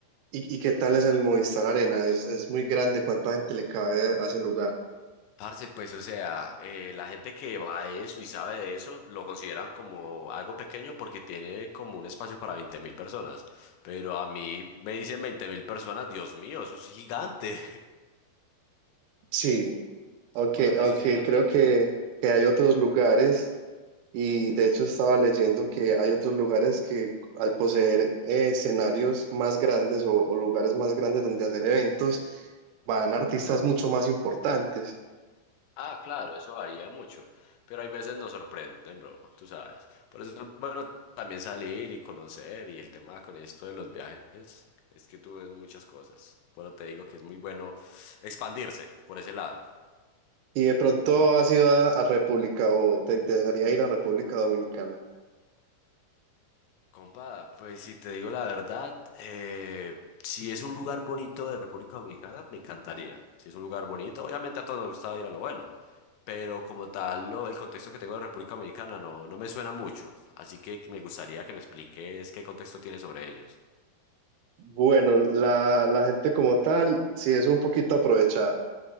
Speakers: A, on the right; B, on the left.
A: ¿Y, y qué tal es el Movistar Arena? Es, es muy grande, ¿cuánta gente le cabe a ese lugar?
B: Parce, pues, o sea, eh, la gente que va a eso y sabe de eso lo consideran como algo pequeño porque tiene como un espacio para 20 mil personas. Pero a mí me dicen 20 mil personas, Dios mío, eso es gigante.
A: Sí,
B: <laughs>
A: aunque,
B: Para mí
A: aunque
B: eso es gigante.
A: creo que, que hay otros lugares Y de hecho estaba leyendo que hay otros lugares que al poseer eh, escenarios más grandes o, o lugares más grandes donde hacer eventos, van artistas mucho más importantes.
B: Ah, claro, eso varía mucho, pero hay veces nos sorprenden, bro, tú sabes. Por eso es bueno también salir y conocer y el tema con esto de los viajes es que tú ves muchas cosas. Pero te digo que es muy bueno expandirse por ese lado.
A: Y de pronto has ido a, a República o te interesaría ir a República Dominicana.
B: Compa, pues si te digo la verdad, eh, si es un lugar bonito de República Dominicana, me encantaría. Si es un lugar bonito, obviamente a todos nos gusta ir a lo bueno, pero como tal, lo- el contexto que tengo de República Dominicana no, no me suena mucho, así que me gustaría que me expliques qué contexto tiene sobre ellos.
A: Bueno, la, la gente como tal sí es un poquito aprovechada,